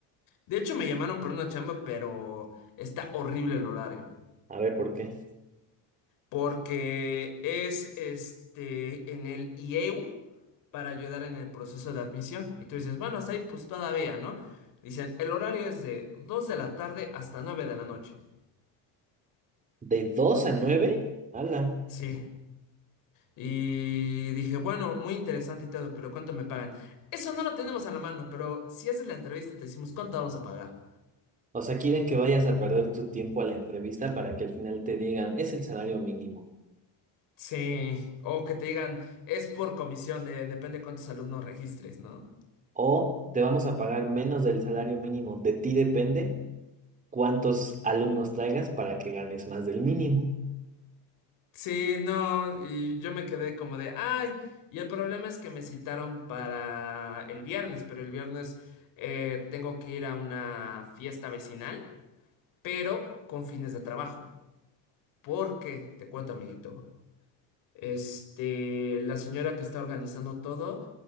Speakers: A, on the left; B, on the right.
A: De hecho, me llamaron por una chamba, pero está horrible el horario.
B: A ver, ¿por qué?
A: Porque es este en el IEU para ayudar en el proceso de admisión. Y tú dices, bueno, hasta ahí pues todavía, ¿no? Dicen, el horario es de 2 de la tarde hasta 9 de la noche.
B: ¿De 2 a nueve, ¡Hala!
A: Sí. Y dije, bueno, muy interesante y todo, pero ¿cuánto me pagan? Eso no lo tenemos a la mano, pero si haces la entrevista te decimos cuánto vamos a pagar.
B: O sea, quieren que vayas a perder tu tiempo a la entrevista para que al final te digan, es el salario mínimo.
A: Sí, o que te digan, es por comisión, de, depende cuántos alumnos registres, ¿no?
B: O te vamos a pagar menos del salario mínimo. De ti depende cuántos alumnos traigas para que ganes más del mínimo.
A: Sí, no, y yo me quedé como de, ay, y el problema es que me citaron para el viernes, pero el viernes eh, tengo que ir a una fiesta vecinal, pero con fines de trabajo. Porque, te cuento, amiguito. Este, la señora que está organizando todo